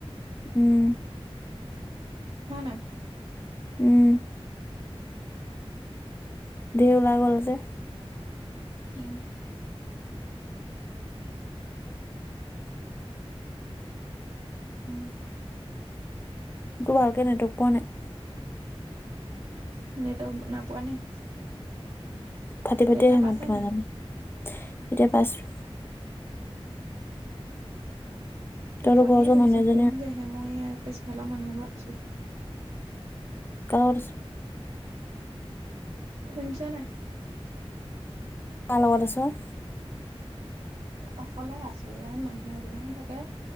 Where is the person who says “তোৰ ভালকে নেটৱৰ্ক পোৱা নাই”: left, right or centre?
Left